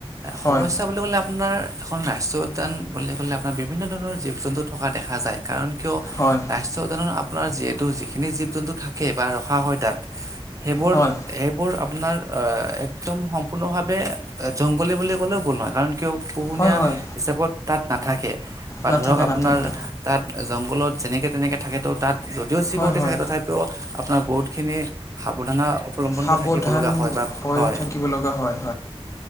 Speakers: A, on the right; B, on the left.
A: সমস্যা
B: হয়
A: বুলি ক'লে আপোনাৰ এখন ৰাষ্ট্ৰীয় উদ্যান বুলি ক'লে আপোনাৰ বিভিন্ন ধৰণৰ জীৱ জন্তু থকা দেখা যায়, কাৰণ কিয়
B: হয় হয়
A: ৰাষ্ট্ৰীয় উদানত আপোনাৰ যিহেতু যিখিনি জীৱ জন্তু থাকে বা ৰখা হয় তাত সেইবোৰ
B: হয়
A: সেইবোৰ আপোনাৰ একদম সম্পূৰ্ণভাৱে জংগলী বুলি ক'লেও ভুল নহয় কাৰণ কিয় পোহনীয়া
B: হয় হয়।
A: হিচাপত তাত নাথাকে। বা
B: নাথাকে
A: ধৰক আপোনাৰ
B: নাথাকে।
A: তাত জংঘলত যেনেকে তেনেকে থাকে তো তাত যদিও চিকিউৰিটি
B: হয় হয়
A: থাকে তথাপিও আপোনাৰ বহুতখিনি সাৱধানা অৱলম্বন
B: সাৱধান
A: কৰি থাকিব লগা হয়, বা,
B: হৈ
A: হয়,
B: থাকিব লগা হয় হয়।